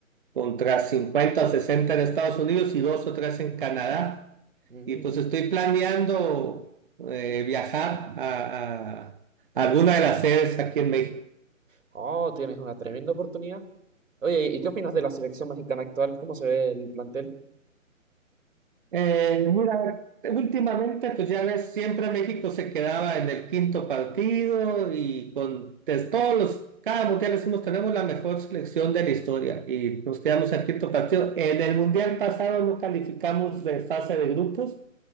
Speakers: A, on the right (about 40°); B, on the right (about 70°).
A: contra 50 o 60 en Estados Unidos y dos o tres en Canadá.
B: Mm.
A: y pues estoy planeando eh, viajar a, a- a alguna de las sedes aquí en México.
B: Oh, tienes una tremenda oportunidad. Oye, ¿y qué opinas de la selección mexicana actual? ¿Cómo se ve el plantel?
A: Eh, mira, últimamente, pues ya ves, siempre México se quedaba en el quinto partido y con de todos los, cada mundial decimos, tenemos la mejor selección de la historia y nos quedamos en el quinto partido. En el mundial pasado no calificamos de fase de grupos